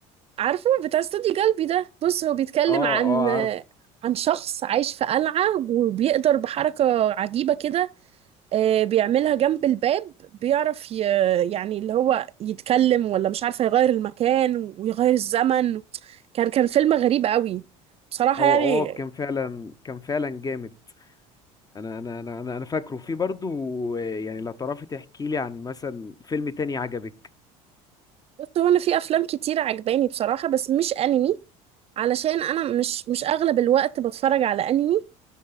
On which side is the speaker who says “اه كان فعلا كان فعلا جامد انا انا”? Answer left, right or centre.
Left